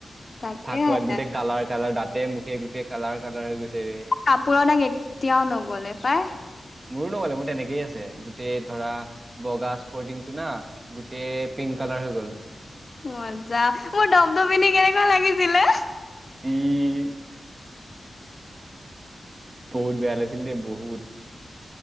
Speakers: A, on the left (about 50°); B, on the right (about 40°).
A: তাকে
B: ফাকুৱাত গোটেই কালাৰ কালাৰ দাঁতে মুখে গোটেই কালাৰ কালাৰ হৈ গৈছে
A: কাপোৰ দাক এতিয়াও নগলে পাই
B: মোৰো নগলে মোৰ তেনেকেই আছে গোটেই ধৰা বগা টো না গোটেই পিংক কালাৰ হৈ গ'ল
A: মজা মোৰ টপটোপিনি কেনেকুৱা লাগিছিলে
B: ওম বহুত বেয়া লাগিছিল দে বহুত